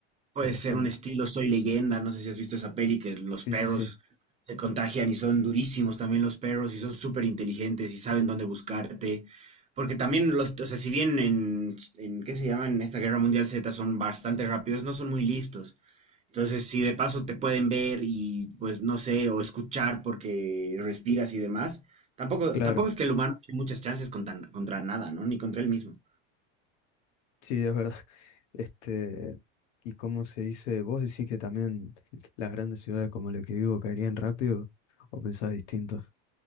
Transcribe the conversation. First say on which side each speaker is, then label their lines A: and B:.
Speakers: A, on the right; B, on the left.
A: Puede
B: de los
A: ser
B: hombres.
A: un estilo Soy Leyenda, no sé si has visto esa peli que los
B: Sí,
A: perros
B: sí, sí,
A: se contagian y son durísimos también los perros y son súper inteligentes y saben dónde buscarte. Porque también los, o sea, si bien en, en, ¿qué se llama? En esta Guerra Mundial Z son bastante rápidos, no son muy listos. Entonces, si de paso te pueden ver y pues no sé, o escuchar porque respiras y demás, tampoco,
B: claro,
A: tampoco es que el humano tiene muchas chances contra, contra nada, ¿no? Ni contra él mismo.
B: sí, es verdad. <laughs> Este, y cómo se dice, ¿vos decís que también las grandes ciudades como la que vivo caerían rápido o pensás distinto?